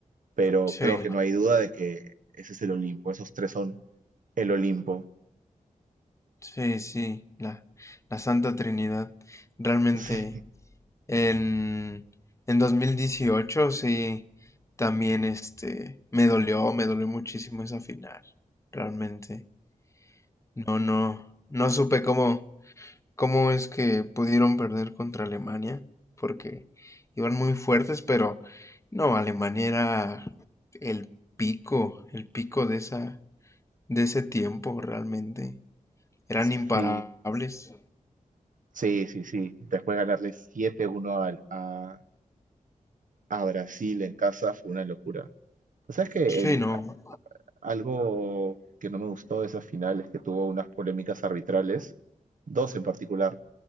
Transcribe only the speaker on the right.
Pero
creo que no hay duda de que ese es el Olimpo, esos tres son el Olimpo.
<laughs>
Sí,
sí, sí, sí, sí. Después ganarle siete uno al- a, a Brasil en casa fue una locura. Pues sabes que
Algo que no me gustó de esa final es que tuvo unas polémicas arbitrales, dos en particular.